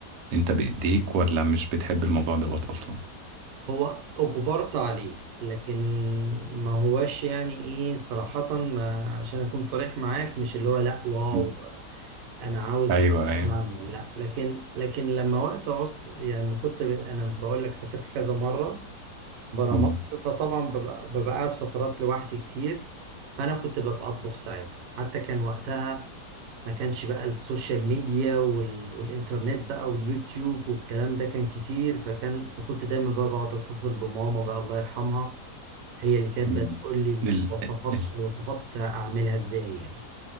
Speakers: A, on the right; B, on the right.
A: انت بايديك ولا مش بتحب الموضوع دوت اصلا
B: هو أجبرت عليه لكن ما هواش يعني ايه صراحة ما عشان أكون صريح معاك مش اللي هو لأ واو
A: مم.
B: أنا عاوز
A: ايوه
B: أخش
A: ايوه
B: أعمل لأ لكن لكن لما وقت عوزت يعني ما كنت ب- أنا بقول لك سافرت كذا مرة برا
A: مم.
B: مصر فطبعا ببقى, ببقى قاعد فترات لوحدي كتير فانا كنت ببقى اطبخ ساعتها حتى كان وقتها ما كانش بقى السوشيال ميديا وال... والانترنت بقى واليوتيوب والكلام ده كان كتير فكان فكنت دايما بقى بقعد اتصل بماما بقى الله يرحمها هي اللي كانت
A: مم.
B: بتقول لي
A: ال...
B: الوصفات
A: ال...
B: الوصفات اعملها ازاي يعني